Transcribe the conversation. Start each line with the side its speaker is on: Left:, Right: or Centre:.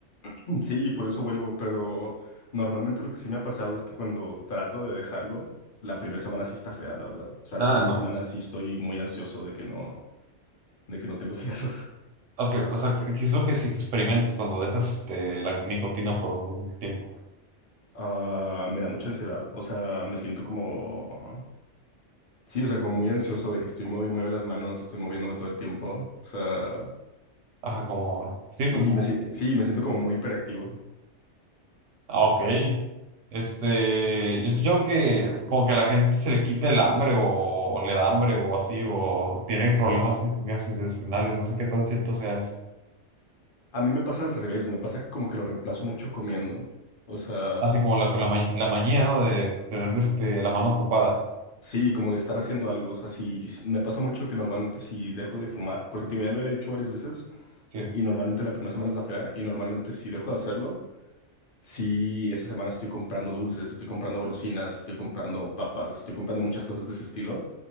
Left: <clears throat> sí, por eso vuelvo, pero normalmente lo que sí me ha pasado es que cuando trato de dejarlo, la primera semana sí está fea, la verdad. O sea,
Right: Ah,
Left: la primera
Right: no.
Left: semana sí estoy muy ansioso de que no, de que no tengo <laughs> cigarros.
Right: Ok, o sea, ¿qué es lo que sí que experimentes cuando dejas este, la nicotina por un tiempo?
Left: Ah, me da mucha ansiedad, o sea, me siento como, sí, o sea, como muy ansioso de que estoy mueve y mueve las manos, estoy moviéndome todo el tiempo, o sea,
Right: Ajá, como, sí,
Left: y,
Right: pues como,
Left: y me, sien- sí, me siento como muy hiperactivo.
Right: ah, ok. Este, yo he escuchado que como que a la gente se le quita el hambre o le da hambre o así, o tiene problemas gastrointestinales, no sé qué tan cierto sea eso.
Left: A mí me pasa al revés, me pasa como que lo reemplazo mucho comiendo, o sea,
Right: Así como la, con la, ma- la manía, ¿no? De tener este, la mano ocupada.
Left: sí, como de estar haciendo algo, o sea, sí, s- me pasa mucho que normalmente si dejo de fumar, porque te digo, ya lo he hecho varias veces,
Right: Sí,
Left: y normalmente la primera semana es la fea, y normalmente si dejo de hacerlo, Sí, esta semana estoy comprando dulces, estoy comprando golosinas, estoy comprando papas, estoy comprando muchas cosas de ese estilo